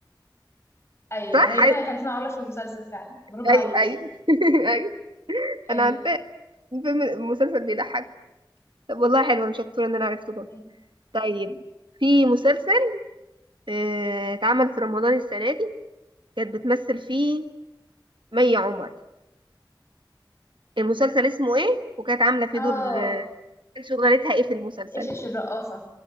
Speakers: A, on the left; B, on the right.
A: أيوه
B: صح
A: هي
B: عايز...
A: فعلا كان اسمها علا في المسلسل فعلا برافو
B: ايوه
A: عليكي
B: ايوه <laughs> ايوه
A: أيوه
B: انا عارفاه الفيلم المسلسل بيضحك طب والله حلو انا شطورة ان انا عرفته برضه
A: أيوه
B: طيب في مسلسل آه، اتعمل في رمضان السنة دي كانت بتمثل فيه مي عمر المسلسل اسمه ايه وكانت عاملة فيه
A: آه
B: دور آه، كان شغلتها ايه في المسلسل
A: إيش إيش الرقاصة